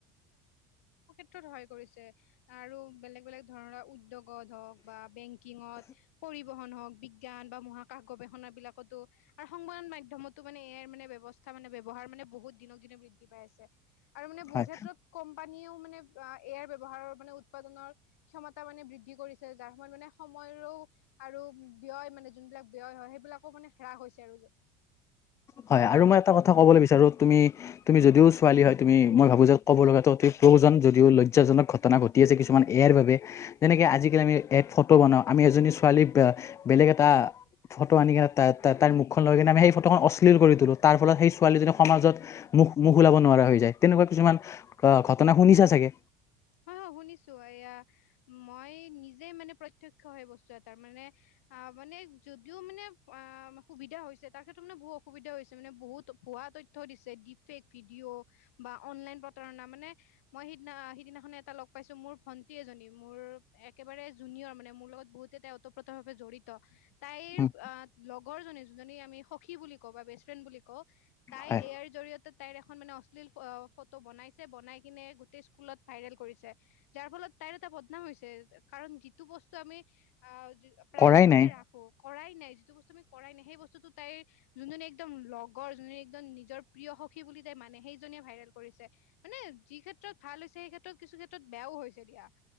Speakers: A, on the left; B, on the left.
A: তোত সহায় কৰিছে আৰু বেলেগ-বেলেগ ধৰণৰ উদ্যোগ গত হওক বা বেংকিঙত, পৰিবহন হওক, বিজ্ঞান বা মহাকাশ গৱেষণা বিলাক কতো আৰু সংবাদ মাধ্যমতো মানে এ আইৰ মানে ব্যৱস্থা মানে ব্যৱহাৰ মানে বহুত দিনক দিনে বৃদ্ধি পাই আছে। আৰু মানে বহু
B: হয়
A: ক্ষেত্ৰত কোম্পানীয়ে তো মানে এ আইৰ ব্যৱহাৰৰ মানে উৎপাদনৰ ক্ষমতা মানে বৃদ্ধি কৰিছে। যাৰ ফলত মানে সময়ৰ তো আৰু ব্যয় মানে যোনবিলাক ব্যয় হয়, সেইবিলাকো মানে হ্ৰাস হৈছে আৰু।
B: হয় আৰু মই এটা কথা ক'বলৈ বিচাৰোঁ তুমি, তুমি যদিও ছোৱালী হয় তুমি মই ভাবো যে ক'ব লগাটো অতি প্ৰয়োজন যদিও লজ্জাজক ঘটনা ঘটি ছে কিছুমান এয়াৰ বাবে। যেনেকে আজিকালি আমি এ ফটো বনাওঁ। আমি এজনী ছোৱালী আ বেলেগ এটা ফটো আনি কেনে তাই-তাইৰ মুখখন লৈ কিনে আমি সেই ফটোখন অশ্লী অশ্লীল কৰি তুলো। তাৰ ফলত সেই ছোৱালীজনী সমাজত মুখ-মুখ ওলাব নোৱাৰা হৈ যায়। তেনেকুৱা কিছুমান ঘটনা না শুনিছা চাগে?
A: হয়, হয়, শুনিছো। এয়া মই নিজ যে মানে প্ৰত্যক্ষ হয় বস্তু এটাৰ, মানে মানে যদিও মানে আ সুবিধা হৈছে তাৰ ক্ষেত্ৰত মানে বহুত অসুবিধা হৈছে, মানে বহুত ভুৱা তথ্য দিছে। ডিফেক ভিডিঅ' বা অনলাইন প্ৰতাৰণা মানে মই সিদিনা সিদিনা মানে এটা লগ পাইছো মোৰ ভন্টি এজনী, মোৰ একেবাৰে জুনিয়ৰ মানে মোৰ লগত বহুতেই তেওঁ ওতঃপ্ৰোতভাবে জড়ি ত তাইৰ
B: উম,
A: আ লগৰ জনী, যোনজনী আমি সখী বুলি কওঁ বা বেছফ্ৰেড বুলি কওঁ, তাই
B: হয়
A: ইয়াৰ জৰিয়তে তাইৰ এখন মানে অশ্লীল ফটো বনাইছে বনাই কিনে গোটেই স্কুলত ভাইৰেল কৰিছে, যাৰ ফলত তাইৰ এটা বদনাম হৈছে। কাৰণ যিটো বস্তু, আমি প্ৰ প্ৰাইভেত
B: কৰাই নাই
A: কে ৰাখো কৰাই নাই যিটো বস্তু আমি কৰাই নাই সেই বস্তুতটো তাইৰ যোনজনী একদম লগৰ যোনজনী একদম নিজৰ প্ৰিয় সখী বুলি দে মানে সেইজনীয়ে ভাইৰেল কৰিছে মানে যি ক্ষেত্ৰত ভাল হৈছে সেই ক্ষেত্ৰত কিছু ক্ষেত্ৰত বেয়াও হৈছে দিয়া। <inaudible>